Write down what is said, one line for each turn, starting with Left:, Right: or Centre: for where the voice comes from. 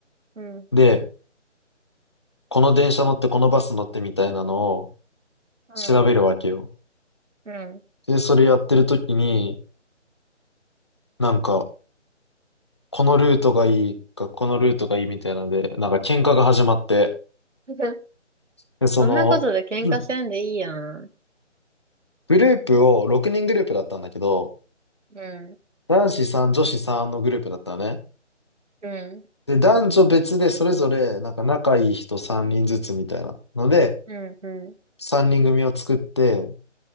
Right: うん。
Left: で、この電車乗ってこのバス乗ってみたいなのを調べるわけよ。
Right: うん。うん。
Left: で、それやってる時に、なんか、このルートがいいか、このルートがいいみたいなので、なんか喧嘩が始まって、
Right: うん。<laughs>
Left: で、その、
Right: そんなことで喧嘩せんでいいやん。
Left: うんグループを6人グループだったんだけど、
Right: うん。
Left: 男子さん女子さんのグループだったのね。
Right: うん。
Left: で、男女別でそれぞれ、なんか仲いい人3人ずつみたいなので、
Right: うん。うん。
Left: 3人組を作って、